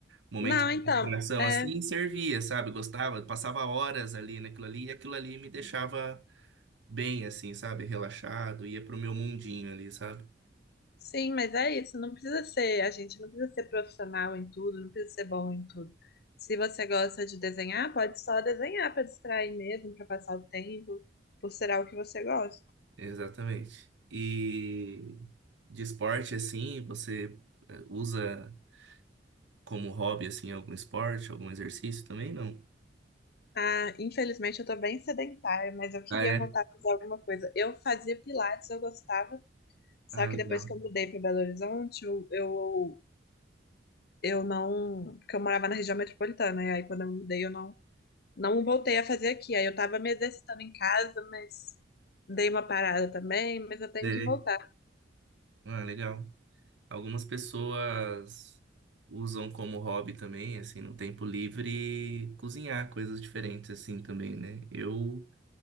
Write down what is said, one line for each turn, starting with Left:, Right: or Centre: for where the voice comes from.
Right: momento
Left: Não,
Right: de
Left: então.
Right: distração,
Left: é,
Right: assim, servia, sabe? Gostava, passava horas ali naquilo ali, e aquilo ali me deixava bem, assim, sabe? Relaxado, ia pro meu mundinho ali, sabe?
Left: Sim, mas é isso, não precisa ser, a gente não precisa ser profissional em tudo, não precisa ser bom em tudo. Se você gosta de desenhar, pode só desenhar para distrair mesmo, para passar o tempo, por ser algo que você gosta.
Right: Exatamente. E de esporte, assim, você eh, usa. como hobby, assim, algum esporte, algum exercício também? Não.
Left: Ah, infelizmente eu tô bem sedentária, mas eu queria
Right: Ah, é?
Left: voltar a fazer alguma coisa. Eu fazia pilates, eu gostava, só
Right: Ah,
Left: que depois
Right: legal.
Left: que eu mudei para Belo Horizonte, eu, eu, eu não, porque eu morava na região metropolitana, e aí quando eu mudei eu não Não voltei a fazer aqui. Aí eu tava me exercitando em casa, mas dei uma parada também, mas eu tenho
Right: Dei.
Left: que voltar.
Right: Ah, legal. Algumas pessoas usam como hobby também, assim, no tempo livre, cozinhar coisas diferentes, assim, também, né? Eu,